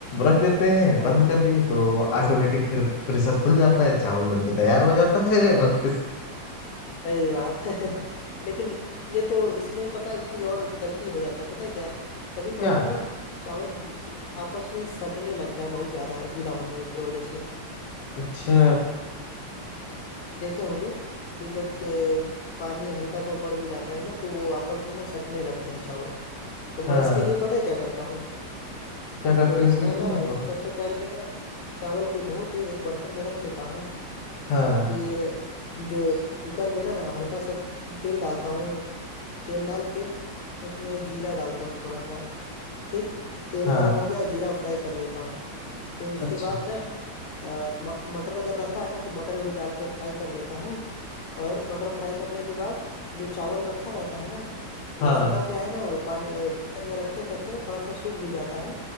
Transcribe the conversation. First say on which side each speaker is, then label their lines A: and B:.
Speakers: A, on the left; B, on the left.
A: रख देते हैं
B: हाँ
A: बंद
B: हाँ
A: कर देंगे तो ऑटोमेटिक फिर प्रेशर खुल जाता है चावल बन के तैयार हो जाता है और किस
B: सही बात है <laughs> लेकिन ये तो इसमें पता है एक चीज और गलती हो जाता है पता है क्या कभी कभार
A: क्या
B: ना चावल गी- आपस में सटने लगता है बहुत ज्यादा गीला होने की वजह से
A: अच्छा
B: देखे होंगे कि जब अ, पानी हल्का सा बढ़ भी जाता है ना तो वो आपस में ना सटने लगते हैं चावल तो मैं
A: हाँ
B: इसके लिए पता है क्या करता हूँ
A: क्या करते
B: तो
A: हो इसके
B: मैं
A: लिए
B: ना
A: और-
B: सबसे पहले ना चावल को धो के एक बर्तन में रख लेता हूँ
A: हाँ
B: फिर जो कुकर में ना हल्का सा तेल डालता हूँ तेल डाल के उसमें जीरा डालता हूँ थोड़ा सा ठीक तेल
A: हाँ
B: गरम हो गया जीरा फ्राई कर लेता हूँ फिर उसके
A: अच्छा
B: बाद ना अ, म- मटर अगर रहता है ना तो मटर भी डाल के फ्राई कर लेता हूँ और मटर फ्राई करने के बाद जो चावल रखा रहता है ना वो
A: हाँ
B: हल्का क्या है ना पानी अ, कुकर में रखे रखे थोड़ा सा सूख भी जाता है